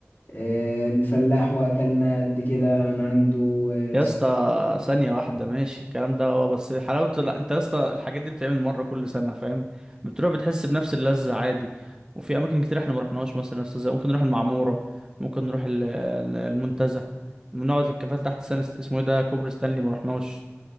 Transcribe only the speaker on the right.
يا
اسطى ثانية واحدة ماشي الكلام ده اه بس حلاوته لا انت يا اسطى الحاجات دي بتتعمل مرة كل سنة فاهم بتروح بتحس بنفس اللذة عادي وفي أماكن كتير احنا ما رحناهاش مثلا يا اسطى زي ممكن نروح المعمورة ممكن نروح ال- ال- المنتزه بنقعد في الكافيهات تحت سان است- اسمه ايه ده كوبري ستانلي ما رحناش